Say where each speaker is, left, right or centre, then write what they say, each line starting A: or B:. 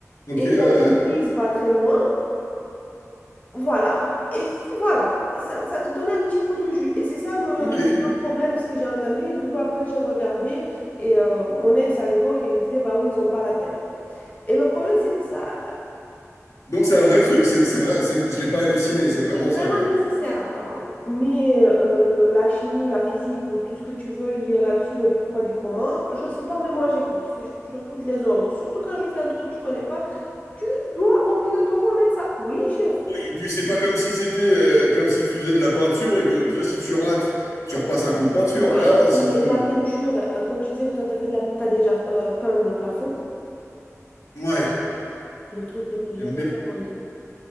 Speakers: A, on the left (about 70°); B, on the left (about 30°).
A: Ok,
B: Et
A: ouais,
B: qu'il y
A: ouais.
B: avait une prise pas très loin. Voilà, et c- voilà, Et ça, ça te donnait un petit coup de jus. Et c'est ça le,
A: Ok.
B: le grand problème, ce que j'ai entendu. Et du coup, après, j'ai regardé, et euh, mon ex à l'époque, il me disait, bah oui, ils n'ont pas la terre. Et le problème, c'est que ça,
A: Donc c'est un vrai truc, c'est c'est vrai, c'est- je l'ai pas halluciné, c'est vraiment
B: c'est vraiment
A: ça quoi.
B: nécessaire, apparemment. Mais euh, le- la chimie, la physique, ou tout ce que tu veux lier là-dessus, le pourquoi du comment, je sais pas, mais moi, j'écoute. Tu sais, Je, je réécoute les ordres. Surtout quand je fais un truc que je connais pas, tu dois obligatoirement mettre ça. Oui, chef.
A: Oui, et puis c'est pas comme si c'était euh, comme si tu faisais de la peinture et que au pire si tu rates, tu repasses un coup de peinture.
B: Ah,
A: Là, si
B: mais
A: tu
B: la peinture, euh, comme tu disais que toi, t'as fait de la... t'as déjà euh, peint des plafonds,
A: Ouais,
B: le truc le plus
A: j'aime
B: horrible
A: bien.
B: au monde.